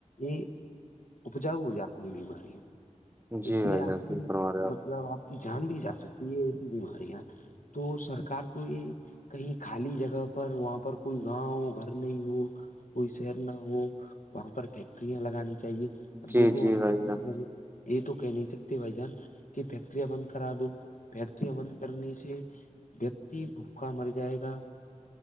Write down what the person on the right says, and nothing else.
جی
بھائی
جان
ہی فرما رہے ہو آپ
جی
جی
بھائی
جان